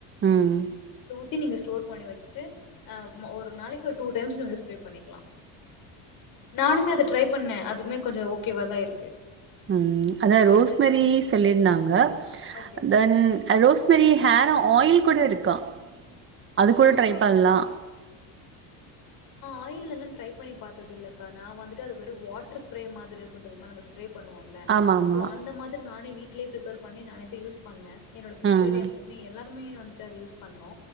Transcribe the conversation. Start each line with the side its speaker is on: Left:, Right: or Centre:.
Right: உஹ்ம்
Left: தி நீங்க ஸ்டோர் ண்ணி வச் சு அ ம ஒரு நாளைக்கு டூ டைம்ஸ் நீங்க யூஸ் நானுமே அத ட்ரை பண்ணே அதுமே கொஞ்சொ ஓகேவாதா இருக்கு
Right: ம் அதா
Left: ட்ரை
Right: ரோஸ்மெரி
Left: பண்ணி பாத்திருக்கேன்
Right: சொல்லியிருந்தாங்க
Left: ஓகே
Right: தென் அ ரோஸ்மேரி ஹேரொ ஆயில் கூட இருக்கா அது கூட
Left: ஆமா
Right: ட்ரை பண்லா
Left: ஆயிலல்லா ட்ரை பண்ணி பாத்தது இல்லக்கா நா வந்துட்டு அது வாட்டர் ஸ்ப்ரே மாதிரி இருக்குந் தெரியுமா நம்ம ஸ்ப்ரே பண்ணுவோ இல்ல
Right: ஆமா ஆமா
Left: ஓ அந்த மாதிரி நானே வீட் வீட்லயே பிரிப்பர் பண்ணி நானேதா யூஸ் பண்ணே என்னோட சிஸ்டர்
Right: ம்
Left: எ மம்மி எல்லாம் எல்லாமே வந்துட்டு அத யூஸ் பண்ணோ